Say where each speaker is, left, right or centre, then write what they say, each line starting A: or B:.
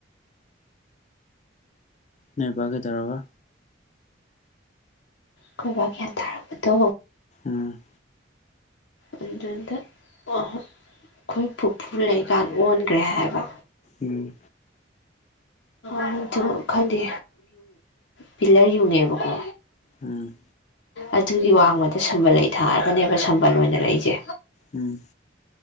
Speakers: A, on the left; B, on the left.
A: ꯅꯣꯏ ꯕ ꯀꯩꯗꯧꯔꯕ
B: ꯑꯈꯣꯏ ꯕ ꯒ꯭ꯌꯥꯟ ꯇꯥꯔꯛꯄꯗꯣ
A: ꯎꯝ
B: ꯑꯗꯨꯗ ꯑꯩꯈꯣꯏ ꯄꯨꯄꯨ ꯂꯩꯀꯥꯟ ꯑꯣꯟꯈ꯭ꯔꯦ ꯍꯥꯏꯕ
A: ꯎꯝ
B: ꯑꯗꯨ ꯈꯪꯗꯦ ꯄꯤꯂꯔ ꯌꯨꯡꯉꯦꯕꯀꯣ
A: ꯎꯝ
B: ꯑꯗꯨꯒꯤ ꯋꯥꯡꯃꯗ ꯁꯝꯕꯜ ꯂꯩ ꯊꯥꯔꯒꯅꯦꯕ ꯁꯝꯕꯜ ꯑꯣꯏꯅ ꯂꯩꯔꯤꯁꯦ
A: ꯎꯝ